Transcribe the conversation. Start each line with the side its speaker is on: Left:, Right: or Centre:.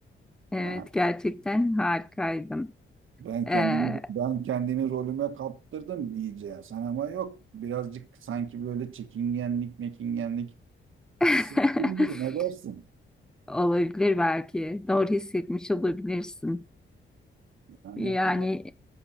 Centre: Evet
Right: Ha,
Centre: gerçekten harikaydım.
Right: ben
Centre: Ee,
Right: kendimi ben kendimi rolüme kaptırdım iyice. Sen ama yok. Birazcık sanki böyle çekingenlik, mekingenlik
Centre: <laughs>
Right: hissettiğim gibi ne dersin?
Centre: olabilir belki. Doğru hissetmiş olabilirsin.
Right: Yani
Centre: Yani
Right: ama